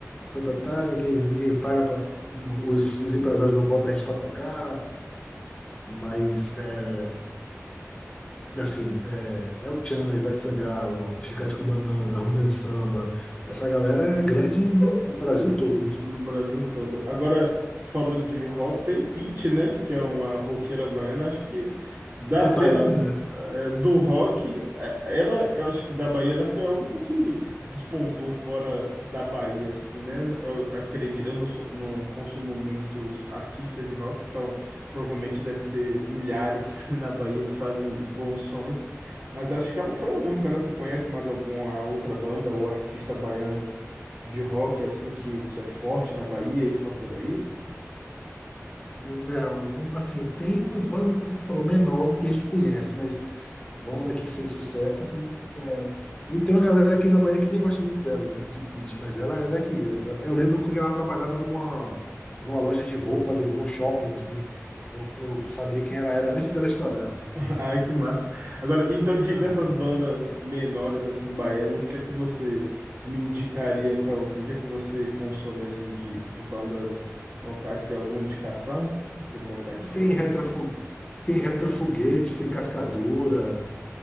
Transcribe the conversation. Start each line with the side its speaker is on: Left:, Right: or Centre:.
Left: tá, tá, tá, ninguém, ninguém paga para Os, os empresários não botam a gente para tocar, mas é, assim, é, é o Tchan, Ivete Sangalo, Chiclete com Banana, Harmonia de Samba, essa galera é grande no, no Brasil todo.
Right: no Brasil todo. Agora, tu falou de rock, tem Pitty, né? Que é uma roqueira baiana. Acho que da
Left: É,
Right: cena
Left: é baiana, né?
Right: eh, do rock, eh, ela, eu acho que da Bahia, né, foi a única que despontou fora da Bahia, assim, né? Eu acredito, eu não, sou- não consumo muitos artistas de rock, então provavelmente deve ter milhares <laughs> na Bahia que fazem bons sons. Mas acho que ela foi a única, né? Você conhece mais alguma outra banda ou artista baiano? de rock assim que, que é forte na Bahia e fora da Bahia?
Left: Não, não, assim, tem umas bandas, como você falou, menor que a gente conhece, mas. Banda que fez sucesso, assim. é. E tem uma galera aqui na Bahia que nem gosta muito dela, de, de Pitty, mas ela é daqui. Ela- Eu lembro que ela trabalhava numa, numa loja de roupa, de, de um shopping aqui. Eu, eu sabia quem ela era antes dela estourar.
Right: <laughs> Ai, que massa. Agora, então, de-
Left: Ah,
Right: dessas bandas menores, assim, baianas, o que é que você me indicaria para ouvir? O que é que você consome, assim, de, de bandas locais? Tem alguma indicação para botar aqui para
Left: tem
Right: ouvir?
Left: retrofu, tem retrofoguete, tem cascadura.